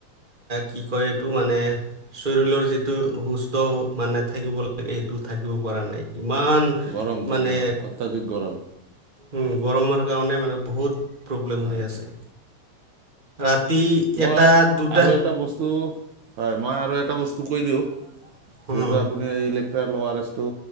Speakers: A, on the right; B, on the right.
A: কি কয় এইটো মানে শৰীৰৰ যিটো সুস্থ মানে থাকিব লাগে। এইটো থাকিব পৰা নাই ইমান
B: গৰম
A: মানে
B: তাৰমানে অত্যাধিক গৰম
A: উ, গৰমৰ কাৰণে মানে বহুত প্ৰব্লেম
B: হয়
A: হৈ আছে। ৰাত তি
B: মই
A: এটা, দুটা
B: আৰু এটা বস্তু হয় মই আৰু এটা বস্তু কৈ দিওঁ
A: হয়
B: যিহেতু আপুনি তে ল'ৱাৰেছটো